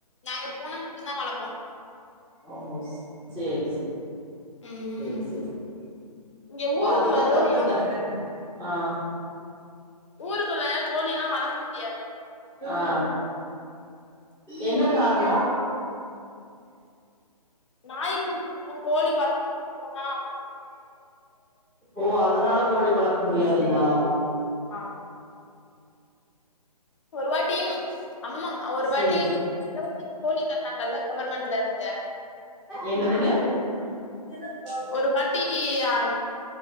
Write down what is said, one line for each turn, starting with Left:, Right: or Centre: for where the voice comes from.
Left: நாங்க பூன மட்டுந்தா வளப்போ
Centre: ஓ சேரி சே
Left: ம்
Centre: சேரி சேரி
Left: இங்க
Centre: ஓ
Left: ஊருக்குள்ள
Centre: அதுதா
Left: கோழிலா
Centre: கத்துதா அ
Left: ஊருக்குள்ள கோழில்லா வளக்க முடி
Centre: அ என்ன கார்ண <inaudible> <inaudible>
Left: நாய் புடிச்சிரு கோழி பக்கத்து போனா
Centre: ஓ அதுனால கோழி வளக் முடியாதுங்களா
Left: அ ஒரு வாட்டி அம்மா ஒரு
Centre: சேரி
Left: வாட்டி இருவத்தஞ்சு கோழி தந்தாங்கல்ல கவர்மண்ட் ல இருந்து
Centre: என்னதுங்க <unintelligible>
Left: ஒரு வாட்டி அம்